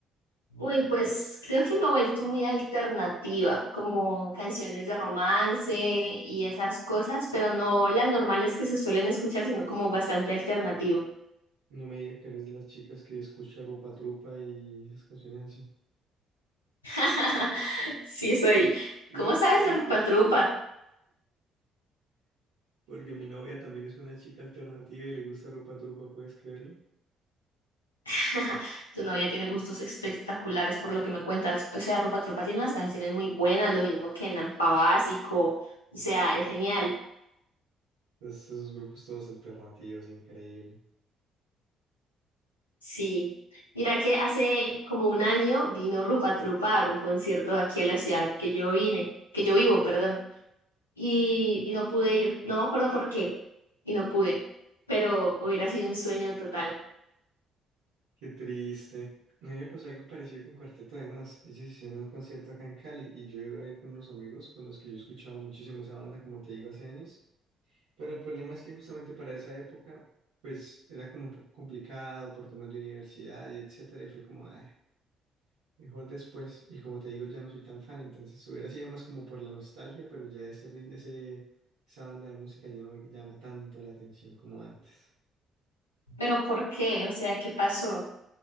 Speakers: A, on the left; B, on the right.
A: Uy, pues creo que me he vuelto muy alternativa, como canciones de romance y esas cosas, pero no las normales que se suelen escuchar, sino como bastante alternativo.
B: No me digas que eres de las chicas que escucha Rupa Trupa y esas canciones así.
A: <laughs> Sí, soy.
B: No
A: ¿Cómo sabes
B: puede
A: de Rupa
B: ser.
A: Trupa?
B: Porque mi novia también es una chica alternativa y le gusta Rupa Trupa, ¿puedes creerlo?
A: <laughs> Tu novia tiene gustos espectaculares por lo que me cuentas. O sea, Rupa Trupa tiene unas canciones muy buenas, lo mismo que Nampa Básico. O sea, es genial.
B: Es- esos grupos todos alternativos, increíble.
A: Sí, mira que hace como un año vino Rupa Trupa a dar un concierto aquí a la ciudad que yo vine, que yo vivo, perdón, y, y no pude ir, no me acuerdo por qué, y no pude, pero hubiera sido un sueño total.
B: Qué triste. A mí me pasó algo parecido con Cuarteto de Nos. Ellos hicieron un concierto acá en Cali y yo iba a ir con unos amigos con los que yo escuchaba muchísimo esa banda, como te digo, hace años. Pero el problema es que justamente para esa época, pues era como un poco complicado por temas de universidad y etcétera, y fue como, "Ah". Mejor después. Y como te digo, ya no soy tan fan, entonces hubiera sido más como por la nostalgia, pero ya ese, rit- ese, esa banda de música ya no me llama tanto la atención como antes.
A: ¿Pero por qué? O sea, ¿qué pasó?